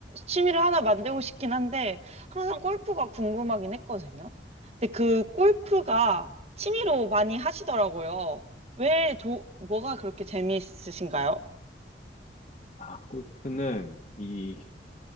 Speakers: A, on the right; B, on the left.
A: 취미를 하나 만들고 싶긴 한데, 항상 골프가 궁금하긴 했거든요. 근데 그 골프가 취미로 많이 하시더라고요. 왜, 조, 뭐가 그렇게 재미있으신가요?
B: 아, 골프는 이